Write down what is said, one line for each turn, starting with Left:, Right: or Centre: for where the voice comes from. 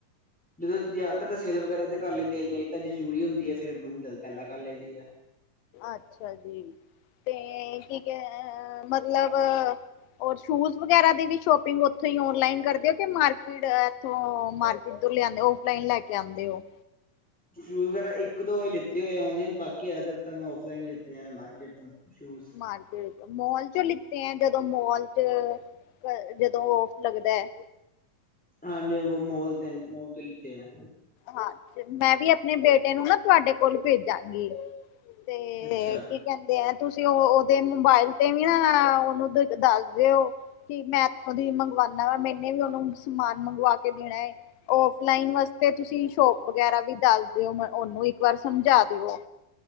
Centre: ਜਦੋਂ ਯ ਤਾਂ ਤਾਂ ਸੇਲ ਵਗੈਰਾ ਦੇ ਕਰ ਲਈ ਦੇ ਨਹੀਂ ਤਾਂ ਜਰੂਰੀ ਹੁੰਦੀ ਹੈ। ਫਿਰ ਗੱਲ ਪਹਿਲਾਂ ਕਰ ਲਈ ਦੀ ਹੈ <unintelligible>
Left: ਅੱਛਾ ਜੀ ਤੇ ਕੀ ਕ ਮਤਲਬ ਰ ਸ਼ੂਜ ਵਗੈਰਾ ਦੀ ਵੀ ਸ਼ੋਪਿੰਗ ਉੱਥੇ ਔਨਲਾਈਨ ਕਰਦੇ ਹੋ ਕਿ ਮਾਰਕੀਟ ਥੋਂ ਮਾਰਕੀਟ ਤੋਂ ਲਿਆਂਦੇ ਫਲਾਈਨ ਲੈ ਕੇ ਆਉਂਦੇ ਹੋ।
Centre: ਸ਼ੂਜ਼ ਵਗੈਰਾ ਇੱਕ, ਦੋ ਵਾਰੀ ਲਤੀ ਹੋਏ ਔਨਲਾਈਨ ਬਾਕੀ ਅਦਰ ਤਾਂ ਮੈਂ ਔਫਲਾਈਨ ਲਤੀ ਆ ਮਾਰਕੀਟ ਤੋਂ ਸ਼ੂਜ਼
Left: ਮਾਰਕੀਟ ਮੋਲ ਚੋਂ ਲਿੱਤੇ ਆ ਜਦੋਂ ਮੋਲ ਚ ਜਦੋਂ ਔਫ ਲੱਗਦਾ ਹੈ।
Centre: ਹਾਂਜੀ ਮੋਲ ਤੇ ਮੋਲ ਤੋਂ ਲਿਤੇ ਆ।
Left: ਹਾਂ ਮੈਂ ਵੀ ਆਪਣੇ ਬੇਟੇ ਨੂੰ ਨਾ ਤੁਹਾਡੇ ਕੋਲ ਭੇਜਾਂਗੀ। ਤੇ
Centre: ਅੱਛਾ
Left: ਕੀ ਕਹਿੰਦੇ ਆ। ਤੁਸੀਂ ਉਹ ਉਹ ਓਦੇ ਮੋਬਾਇਲ ਤੇ ਵੀ ਨਾ ਉਹਨੂੰ ਦੱਸ ਦੇਓ। ਕਿ ਮੈਂ ਇੱਥੋਂ ਦੀ ਮੰਗਵਾਉਣਾ ਵਾ ਮੈਨੇ ਵੀ ਉਹਨੂੰ ਸਮਾਨ ਮੰਗਵਾ ਕੇ ਦੇਣਾ ਹੈ। ਓਫਲਾਈਨ ਵਾਸਤੇ ਤੁਸੀਂ ਸ਼ੋਪ ਵਗੈਰਾ ਵੀ ਦੱਸ ਦਿਓ ਉਹਨੂੰ ਇੱਕ ਵਾਰ ਸਮਝਾ ਦਿਓ।